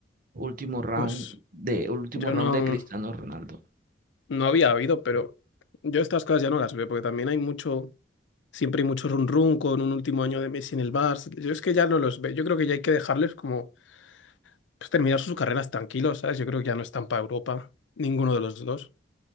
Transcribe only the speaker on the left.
Pues
yo
no,
no había habido, pero yo estas cosas ya no las veo, porque también hay mucho, siempre hay mucho run run con un último año de Messi en el Barça. Yo es que ya no los veo. Yo creo que ya hay que dejarles como pues, terminar sus carreras tranquilos, ¿sabes? Yo creo que ya no están para Europa, ninguno de los dos.